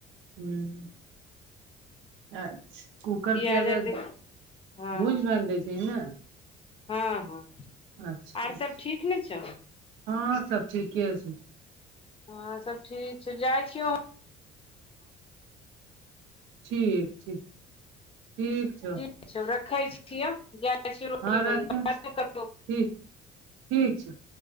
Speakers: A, on the right (about 75°); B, on the left (about 30°).
A: हँ अच्छा कुकर
B: प्याज
A: पिआज़
B: आर दे हँ
A: भूज भाइज दै छै ने
B: हँ हँ
A: अच्छा
B: आओर
A: अच्छा
B: सभ ठीक नऽ छौ
A: हँ सभ ठीके छै
B: हँं सभ ठीक छै जाइ छियौहम
A: ठीक ठीक ठीक छौ
B: ठीक छै रखै छिओ जाइ छी रोटी
A: हँ राखे
B: बनबै लेलऽ बाद मे करबोउ फोन।
A: ठीक, ठीक छै।